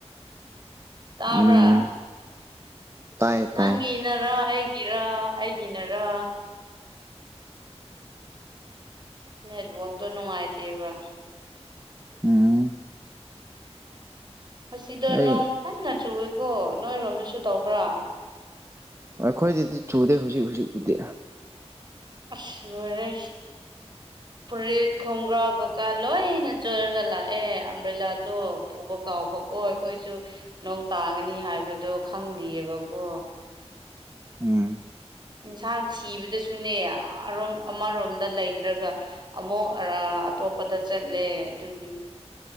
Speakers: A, on the right; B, on the right.
A: ꯇꯥꯕ꯭ꯔꯥ
B: ꯎꯝ ꯇꯥꯏ
A: ꯅꯪꯒꯤꯅꯔꯣ
B: ꯇꯥꯏ
A: ꯑꯩ ꯒꯤꯔ ꯑꯩꯒꯤꯅꯔ ꯅꯦꯠꯋꯥꯛ ꯇꯣꯠ ꯅꯨꯡꯉꯥꯏꯇꯦꯕ
B: ꯎꯝ
A: ꯑꯁꯤꯗꯣ
B: ꯑꯩ
A: ꯅꯣꯡ ꯀꯟꯅ ꯆꯨꯏꯑꯦ ꯀꯣ ꯅꯣꯏꯔꯣꯝꯗꯁꯨ ꯇꯧꯕ꯭ꯔꯥ
B: ꯑꯩꯈꯣꯏꯗꯗꯤ ꯆꯨꯗꯦ ꯍꯧꯖꯤꯛ ꯍꯧꯖꯤꯛꯄꯨꯗꯤ
A: ꯑꯁ ꯂꯣꯏꯔꯦ ꯐꯨꯔꯤꯠ ꯈꯣꯡꯒ꯭ꯔꯥꯎ ꯀꯥꯂꯣꯏ ꯆꯣꯏꯠꯂꯒ ꯂꯥꯛꯑꯦ ꯑꯝꯕ꯭ꯔꯦꯂꯥꯗꯣ ꯄꯨꯕ ꯀꯥꯎꯕꯀꯣ ꯑꯩꯈꯣꯏꯁꯨ ꯅꯣꯡ ꯇꯥꯒꯅꯤ ꯍꯥꯏꯕꯗꯣ ꯈꯪꯗꯦꯑꯕꯀꯣ
B: ꯎꯝ
A: ꯑꯦꯟꯁꯥꯡ ꯊꯤꯕꯗꯁꯨꯅꯦꯣꯝ ꯑꯃꯔꯣꯝꯗ ꯂꯩꯇ꯭ꯔꯒ ꯑꯃꯨꯛ ꯑꯇꯣꯞꯄꯗ ꯆꯠꯂꯦ ꯑꯗꯨꯒꯤ